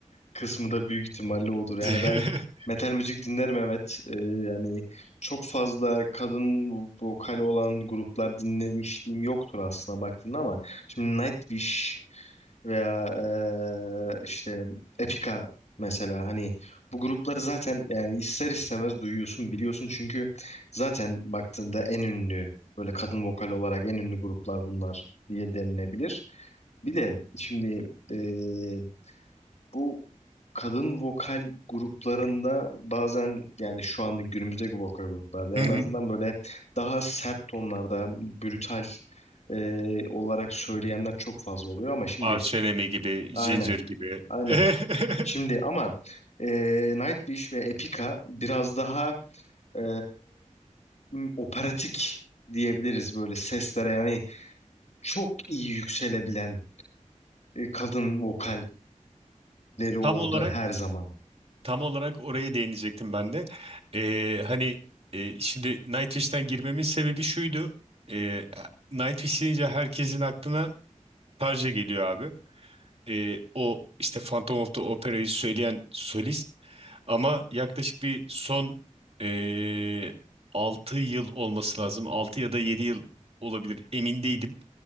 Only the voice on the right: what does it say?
<laughs>
Hı
hı.
Arch Enemy gibi,
Ginger gibi.
<laughs>
Tam olarak
Tam olarak oraya değinecektim ben de. Ee, hani e, şimdi Nightwish'ten girmemin sebebi şuydu. Ee, Nightwish deyince herkesin aklına Tarja geliyor abi. Ee, o işte Phantom of the Opera'yı söyleyen solist. Ama yaklaşık bir son e, 6 yıl olması lazım. 6 ya da 7 yıl olabilir emin değilim.